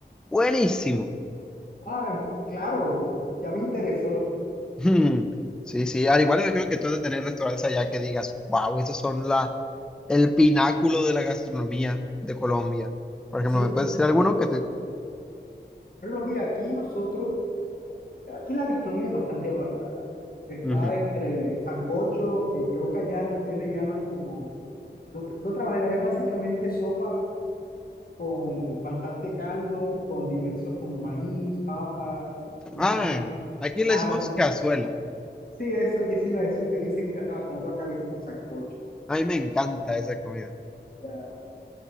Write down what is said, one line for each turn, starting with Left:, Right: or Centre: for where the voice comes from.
Centre: buenísimo.
Left: Ah, claro, ya me interesó.
Centre: <laughs> Mm, Sí, sí, al igual imagino que tú has de tener restaurantes allá que digas, wow, estos son la, el pináculo de la gastronomía de Colombia. Por ejemplo,
Left: Sí,
Centre: ¿me
Left: por
Centre: puedes
Left: supuesto.
Centre: decir alguno que te...
Left: Pero mira, aquí nosotros Aquí la gastronomía es bastante variada. Está
Centre: Ujú.
Left: entre sancocho, que creo que allá ustedes le llaman como, de otra de otra manera, es básicamente sopa con bastante caldo, con diversos como maíz, papa, ñame,
Centre: Ah, aquí le
Left: carne.
Centre: decimos cazuela.
Left: Sí, eso, eso iba a decir, ustedes le dicen cazaba, que nosotros acá le decimos sancocho.
Centre: A mí me encanta esa comida.
Left: ya.